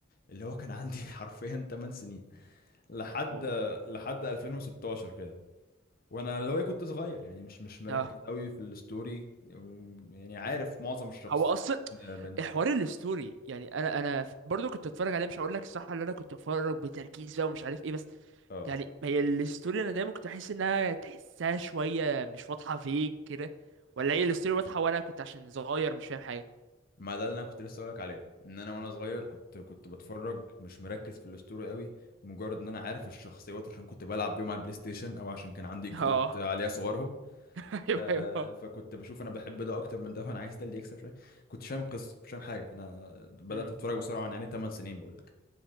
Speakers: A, on the left (about 50°); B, on the right (about 65°).
A: اللي هو كان عندي <laughs> حرفيا 8 سنين لحد
B: <laughs> واو
A: لحد 2016 كده وانا اللي هو إيه، كنت صغير يعني مش مش مركز
B: اه
A: قوي في الستوري يعني عارف معظم الشخص
B: هو اصلا
A: من من-
B: حوار الستوري يعني انا انا ف- برضو كنت اتفرج عليه مش هقول لك الصح اللي انا كنت اتفرج بتركيز بقى ومش عارف ايه بس
A: اه
B: يعني ما هي الستوري انا دايما كنت احس انها تحسها شويه مش واضحه فيك كده ولا هي الستوري واضحه وانا كنت عشان صغير مش فاهم حاجه
A: ما ده اللي انا كنت لسه اقولك عليه ان انا وانا صغير كنت كنت بتفرج مش مركز في الستوري قوي مجرد ان انا عارف الشخصيات عشان كنت بلعب بيهم على البلاي ستيشن او عشان كان عندي كروت
B: اه
A: عليها صورهم
B: <laughs> ايوه
A: آه
B: ايوه
A: فكنت بشوف انا بحب ده اكتر من ده فانا عايز ده اللي يكسب شويه كنتش فاهم القصه مش فاهم حاجه انا بدات
B: امم
A: اتفرج بسرعه يعني 8 سنين بقول لك